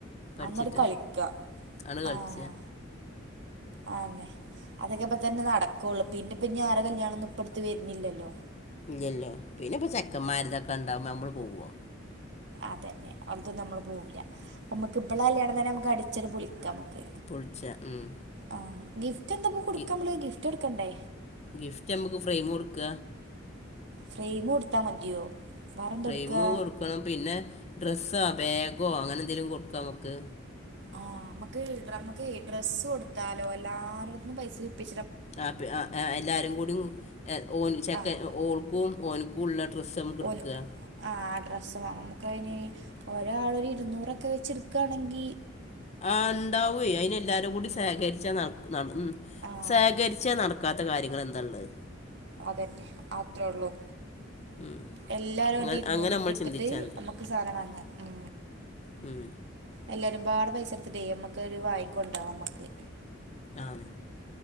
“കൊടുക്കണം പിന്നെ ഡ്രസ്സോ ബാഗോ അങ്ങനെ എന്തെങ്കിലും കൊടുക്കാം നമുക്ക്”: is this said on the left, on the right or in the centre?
Left